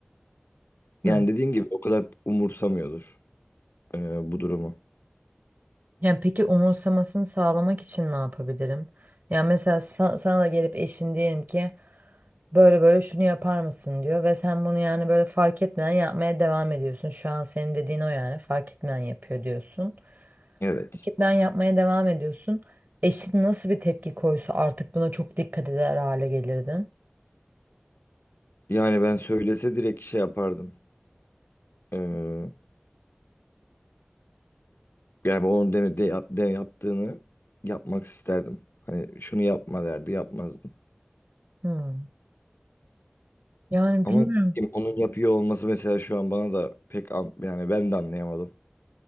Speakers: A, on the left (about 65°); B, on the right (about 45°).
A: Yani
B: Hı.
A: dediğin gibi o kadar umursamıyordur e, bu durumu.
B: Yani peki umursamasını sağlamak için ne yapabilirim? Yani mesela sa- sana da gelip eşin diyelim ki böyle böyle şunu yapar mısın diyor ve sen bunu yani böyle fark etmeden yapmaya devam ediyorsun. Şu an senin dediğin o yani fark etmeden yapıyor diyorsun.
A: Evet.
B: Fark etmeden yapmaya devam ediyorsun. Eşin nasıl bir tepki koysa artık buna çok dikkat eder hale gelirdin.
A: Yani ben söylese direkt şey yapardım. Ee, yani onun deme, de, yap- de yaptığını yapmak isterdim. Hani şunu yapma derdi yapmazdım.
B: Hmm. Yani
A: Ama
B: bilmiyorum.
A: ne bileyim, onun yapıyor olması mesela şu an bana da pek an, yani ben de anlayamadım.